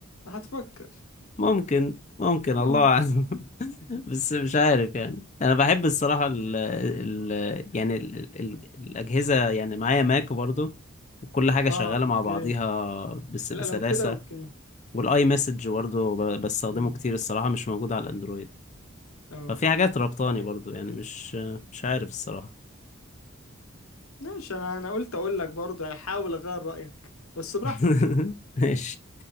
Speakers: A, on the left; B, on the left.
A: هتفكر
B: ممكن ممكن
A: ممكن
B: الله اعلم
A: <laughs>
B: بس مش عارف يعني انا بحب الصراحه ال ال يعني ال ال الاجهزه يعني معايا ماك برضو وكل حاجه شغاله
A: اه اوكي
B: مع بعضيها بس
A: لا
B: بسلاسه
A: لو كده اوكي
B: والاي مسج برضو ب- بستخدمه
A: مم.
B: كتير الصراحه مش موجود على الاندرويد
A: اه
B: ففي حاجات ربطاني
A: أيوة.
B: برضو يعني مش مش عارف الصراحه
A: ماشي انا انا قلت اقول لك برضه يعني حاول اغير رأيك بس براحتك
B: <laughs> ماشي